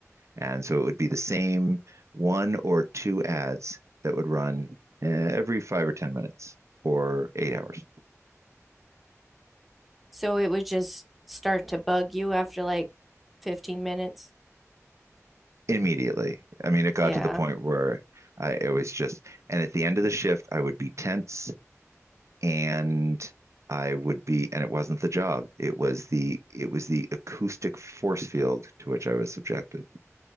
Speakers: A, on the right; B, in the centre.
A: and so it would be the same one or two ads that would run uh, every five or ten minutes for eight hours
B: so it would just start to bug you after like 15 minutes.
A: immediately. I mean, it got
B: Yeah.
A: to the point where I it was just, and at the end of the shift, I would be tense and. I would be, and it wasn't the job. It was the it was the acoustic force field to which I was subjected.